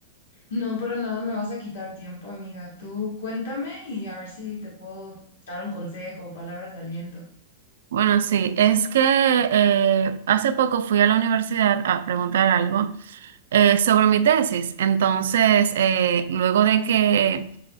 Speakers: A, on the left; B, on the right.
A: No, para nada me vas a quitar tiempo, amiga. Tú cuéntame y a ver si te puedo dar un consejo o palabras de aliento.
B: Bueno, sí, es que eh, hace poco fui a la universidad a preguntar algo eh, sobre mi tesis. Entonces, eh, luego de que